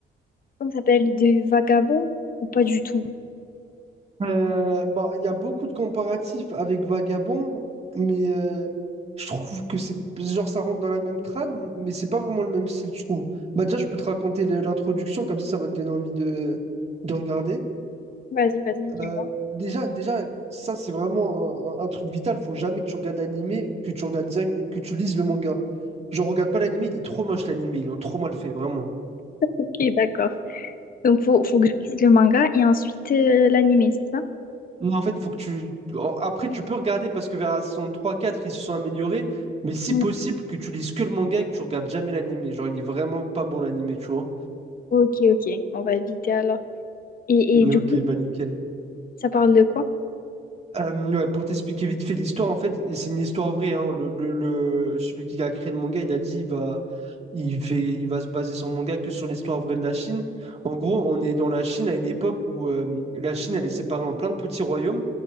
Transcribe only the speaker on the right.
Euh, bah, il y a beaucoup de comparatifs avec Vagabond, mais euh, je trouve que c'est genre ça rentre dans la même trame, mais c'est pas vraiment le même style, je trouve. Bah, déjà, je peux te raconter le- l'introduction, comme ça, ça va te donner envie de, de regarder.
Euh, déjà, déjà, ça, c'est vraiment un, un- un truc vital. Faut jamais que tu regardes l'animé, que tu regardes direct- que tu lises le manga. Je regarde pas l'animé, il est trop moche l'anime, ils l'ont trop mal fait, vraiment.
Non, en fait, faut que tu. Oh, Après, tu peux regarder parce que vers la saison 3-4, ils se sont améliorés, mais si
possible, que tu lises que le manga et que tu regardes jamais l'animé. Genre, il est vraiment pas bon l'animé, tu vois.
Mais
Ok,
bah nickel.
Euh, ouais, pour t'expliquer vite fait l'histoire, en fait, et c'est une histoire vraie, hein, le, le- le- celui qui a créé le manga, il a dit, il va Il fait, il va se baser son manga que sur l'histoire vraie de la Chine. En gros, on est dans la Chine à une époque où euh, la Chine, elle est séparée en plein de petits royaumes.